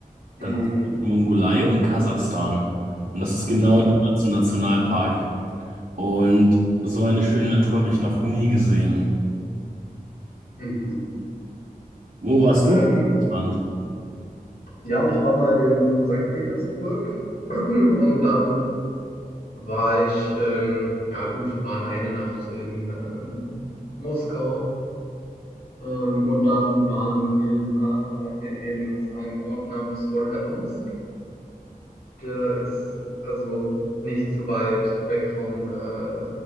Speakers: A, on the left; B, on the right.
A: Mhm.
B: Dann hast du Mongolei und Kasachstan. Und das ist genau
A: Ja.
B: dort zum Nationalpark. Und so eine schöne Natur habe ich noch nie gesehen.
A: Mhm.
B: Wo warst
A: Ähm,
B: du denn? in Russland?
A: ja, ich war mal in St. Petersburg <clears throat> und dann war ich, ähm, ja gut, wir waren eine Nacht in ähm, Moskau ähm, und dann waren wir ein paar Tage in einem Ort namens Wolgadonsk. Der ist also nicht zu weit weg von äh,